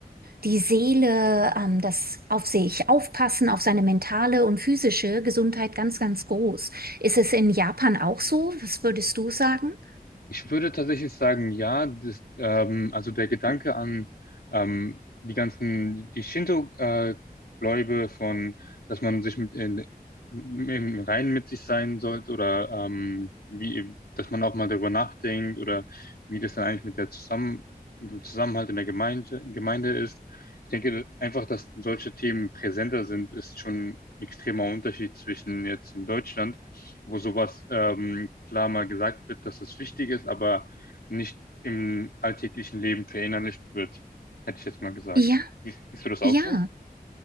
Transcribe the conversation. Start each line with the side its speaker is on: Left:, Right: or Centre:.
Right: die Seele, ähm, das auf sich aufpassen, auf seine mentale und physische Gesundheit ganz, ganz groß. Ist es in Japan auch so? Was würdest du sagen?
Left: Ich würde tatsächlich sagen, ja, das, ähm, also der Gedanke an ähm, die ganzen, die Shinto-Gläube von, dass man sich mit in, im Reinen mit sich sein sollte oder ähm, wie, dass man auch mal darüber nachdenkt oder wie das dann eigentlich mit der Zusammen, mit dem Zusammenhalt in der Gemeinde, Gemeinde ist. Ich denke einfach, dass solche Themen präsenter sind, ist schon ein extremer Unterschied zwischen jetzt in Deutschland wo sowas ähm, klar mal gesagt wird, dass es wichtig ist, aber nicht im alltäglichen Leben verinnerlicht wird, hätte ich jetzt mal gesagt.
Right: Ja,
Left: Siehst siehst du das
Right: ja.
Left: auch so?